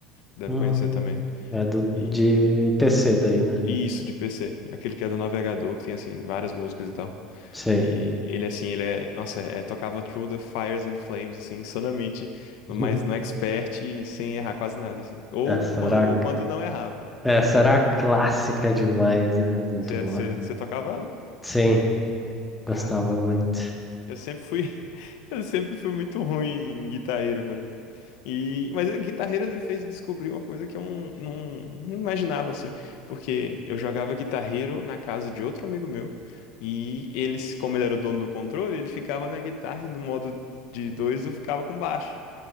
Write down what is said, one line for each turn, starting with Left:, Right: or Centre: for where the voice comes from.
Left: Deve
Centre: Hum,
Left: conhecer também.
Centre: é do,
Left: E
Centre: de PC daí, né?
Left: e isso, de PC. Aquele que é do navegador, que tem, assim, várias músicas e tal.
Centre: Sei.
Left: E ele, assim, ele é... Nossa, é, tocava Through the Fires and Flames, assim, insanamente.
Centre: <laughs>
Left: No, mais,
Centre: Uhum.
Left: no expert, e sem errar quase nada, assim. Ou,
Centre: Essa
Left: quan-
Centre: era,
Left: ou quando não errava.
Centre: essa
Left: Era bizarro.
Centre: era clássica demais, né? Muito
Left: Você
Centre: boa.
Left: você- você tocava ela?
Centre: Sim, gostava
Left: Cara,
Centre: muito.
Left: eu sempre fui... <laughs> Eu sempre fui muito ruim em guitarreiro, velho. E, mas o guitarreiro ele fez descobrir uma coisa que eu não, não, não imaginava assim, porque eu jogava guitarreiro na casa de outro amigo meu e eles, como ele era o dono do controle, ele ficava na guitarra e no modo de dois eu ficava com baixo.